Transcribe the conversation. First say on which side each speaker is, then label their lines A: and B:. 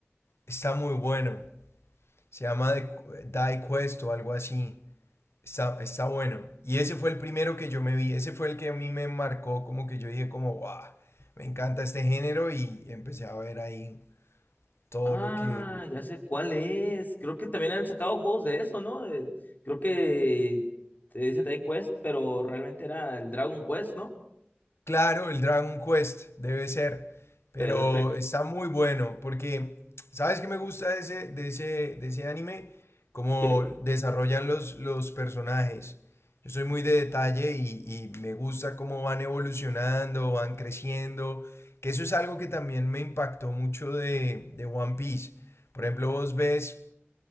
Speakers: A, on the left (about 85°); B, on the left (about 45°).
A: Está muy bueno. Se llama The Qu- Die Quest o algo así. Está, está bueno. Y ese fue el primero que yo me vi, ese fue el que a mí me marcó, como que yo dije como, wow, me encanta este género y empecé a ver ahí todo
B: Ah,
A: lo que,
B: ya sé cuál es. Creo que también han sacado juegos de eso, ¿no? De- creo que te dice Tai Quest, pero realmente era el Dragon Quest, ¿no?
A: Claro, el Dragon Quest debe ser, pero
B: Perfecto.
A: está muy bueno porque, ¿sabes qué me gusta de ese, de ese, de ese anime? Cómo
B: Que-
A: desarrollan los, los personajes. Yo soy muy de detalle y, y me gusta cómo van evolucionando, van creciendo, que eso es algo que también me impactó mucho de, de One Piece. Por ejemplo, vos ves